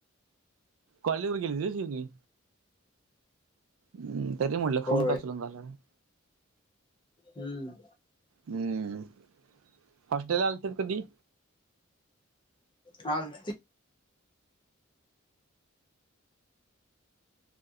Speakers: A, on the right; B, on the left.
A: कॉलेजवर गेलीे होती सगळी हम्म तरी म्हटलं
B: होय
A: फोन का उचलना झाला नाही
B: हम्म
A: हम्म, हॉस्टेलला आलता का कधी
B: हा आलतो